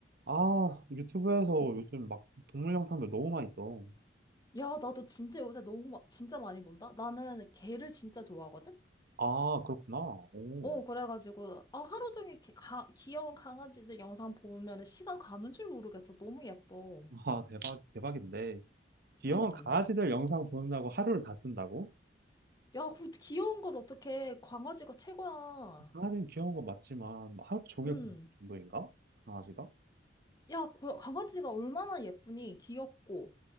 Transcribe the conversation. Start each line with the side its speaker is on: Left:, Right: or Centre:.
Right: 아, 유튜브에서
Left: 음.
Right: 요즘 막 동물 영상들 너무 많이 떠.
Left: 야, 나도 진짜 요새 너무 마, 진짜 많이 본다. 나는 개를 진짜 좋아하거든.
Right: 아, 그렇구나. 오.
Left: 어, 그래가지고 아 하루 종일 개, 가, 귀여운 강아지들 영상 보면 시간 가는 줄 모르겠어. 너무 예뻐.
Right: <laughs> 와, 대박, 대박인데. 귀여운
Left: 음.
Right: 강아지들 영상 보는다고 하루를 다 쓴다고?
Left: 야, 그 귀여운 걸 어떻게 강아지가 최고야.
Right: 강아지는 귀여운 건 맞지만, 하루 종일
Left: 음.
Right: 보는 정도인가? 강아지가?
Left: 야, 고- 강아지가 얼마나 예쁘니? 귀엽고